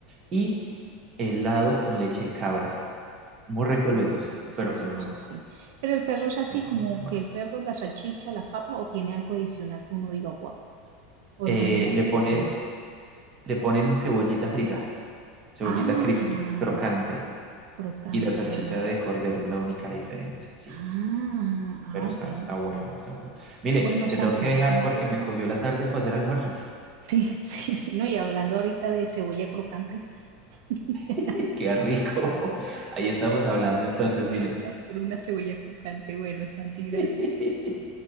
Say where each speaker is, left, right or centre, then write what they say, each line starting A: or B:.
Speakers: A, on the right (about 30°); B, on the right (about 70°).
A: y helado con leche de cabra. Muy ricos
B: Sí,
A: los dos,
B: sí, sí, sí,
A: pero
B: sí,
A: pues no,
B: eso sí. Pero el perro es así,
A: no por
B: como
A: mucho más
B: que el perro, la salchicha, las papas o tiene algo adicional que uno diga, wow, o
A: eh,
B: es lo mismo
A: le
B: que acá
A: ponen
B: que uno
A: Le ponen cebollita frita, cebollita
B: Ah,
A: crispy, crocante.
B: crocante.
A: Y la salchicha
B: Ah,
A: de cordero es la única diferencia, sí.
B: ah, ah,
A: Pero está,
B: bueno.
A: está bueno, está bueno. Mire,
B: Bueno,
A: te
B: Santi,
A: tengo que dejar
B: te tengo
A: porque
B: que dejar.
A: me cogió la tarde para hacer almuerzo.
B: Sí, <laughs> sí, sí, no, y hablando ahorita de cebolla crocante, <laughs> qué
A: <laughs> Qué rico. Ahí estamos hablando
B: mejor,
A: entonces,
B: qué mejor
A: mire.
B: que hacer una cebolla crocante. Bueno, Santi, gracias.
A: <laughs>